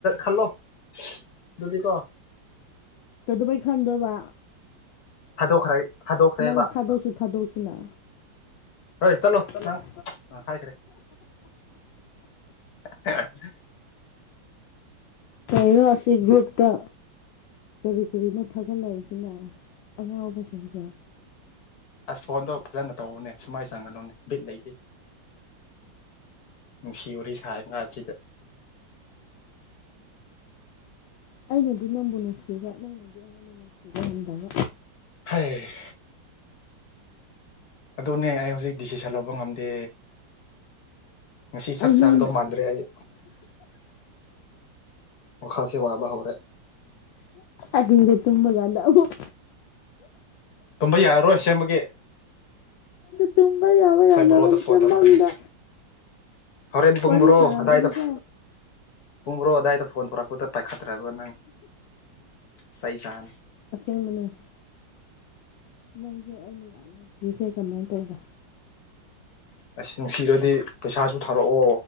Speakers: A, on the left; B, on the left.
A: ꯈꯜꯂꯣ ꯑꯗꯨꯗꯤꯀꯣ
B: ꯀꯩꯗꯧꯕꯩ ꯈꯟꯗꯕ
A: ꯊꯥꯗꯣꯛꯈ꯭ꯔꯦ ꯊꯥꯗꯣꯛꯈ꯭ꯔꯦꯕ
B: ꯅꯪ ꯎ ꯊꯗꯧꯁꯨ ꯊꯥꯗꯧꯁꯅ
A: ꯍꯣꯏ ꯆꯠꯂꯣ
B: ꯆꯂꯣ
A: ꯅꯪ
B: <inaudible>
A: ꯑ ꯍꯥꯏꯈ꯭ꯔꯦ <unintelligible>
B: ꯀꯩꯅꯣ ꯑꯁꯤ ꯒ꯭ꯔꯨꯞꯇ ꯀꯔꯤ ꯀꯔꯤꯅꯣ ꯊꯥꯒꯠꯂꯛꯏꯁꯤꯅ ꯑꯉꯥꯎꯕꯁꯤꯡꯁꯦ
A: ꯑꯁ ꯐꯣꯟꯗꯣ ꯐꯖꯅ ꯇꯧꯕꯅꯦ ꯁꯨꯃꯥꯏꯅ ꯆꯪꯒꯅꯨꯅꯦ ꯕꯤꯠ ꯂꯩꯇꯦ ꯅꯨꯡꯁꯤ ꯋꯥꯔꯤ ꯁꯥꯥꯏ ꯉꯥꯁꯤꯗ
B: ꯑꯩꯅꯗꯤ ꯅꯪꯕꯨ ꯅꯨꯡꯁꯤꯕ ꯅꯪꯅꯗꯤ ꯑꯩꯉꯣꯟꯕꯨ ꯅꯨꯡꯁꯤꯕ ꯉꯝꯗꯕ
A: ꯍꯥꯏ ꯑꯗꯨꯅꯦ ꯑꯩ ꯍꯧꯖꯤꯛ ꯗꯤꯁꯤꯁꯟ ꯂꯧꯕ ꯉꯝꯗꯦ ꯉꯁꯤ ꯁꯛ
B: ꯑꯩ ꯅꯪ
A: ꯁꯥꯛꯗꯧ ꯃꯥꯟꯗ꯭ꯔꯦ ꯑꯩ ꯑꯣ ꯈꯥꯁꯦ ꯋꯥꯕꯕꯥ ꯍꯧꯔꯦ
B: ꯑꯍꯤꯡꯗ ꯇꯨꯝꯕ ꯀꯥꯟꯗ ꯑꯃꯨꯛ
A: ꯇꯨꯝꯝꯕ ꯌꯥꯔꯔꯣꯏ ꯁꯦꯝꯕꯒꯤꯦ
B: ꯇꯨꯝꯕ ꯌꯥꯕ ꯌꯥꯗꯕ
A: ꯕꯣꯔꯣꯗ ꯐꯣꯟ
B: ꯆ
A: ꯇꯧꯔꯛꯀꯅꯤ
B: ꯃꯪꯗ
A: ꯍꯣꯔꯦꯟ ꯄꯨꯡꯕ꯭ꯔꯣ
B: ꯋꯥꯔꯤ ꯁꯥꯔꯝꯒꯅꯤꯀꯣ
A: ꯑꯗꯥꯏꯗ ꯄꯨꯡ ꯃ꯭ꯔꯣ ꯑꯗꯥꯏꯗ ꯐꯣꯟ ꯊꯣꯔꯛꯄꯗ ꯄꯥꯏꯈꯠꯇ꯭ꯔꯦ ꯑꯗꯨꯒ ꯅꯪ ꯆꯍꯤ ꯁꯥꯅꯤ
B: ꯑꯄꯤꯦꯡ ꯃꯅꯨꯡ ꯅꯪꯁꯦ ꯑꯩꯅ ꯌꯥꯝ ꯅꯨꯡꯁꯤꯖꯦ ꯀꯃꯥꯏꯅ ꯇꯧꯕ
A: ꯑꯁ ꯅꯨꯡꯁꯤꯔꯗꯤ ꯄꯩꯁꯥꯁꯨ ꯊꯥꯔꯛꯑꯣ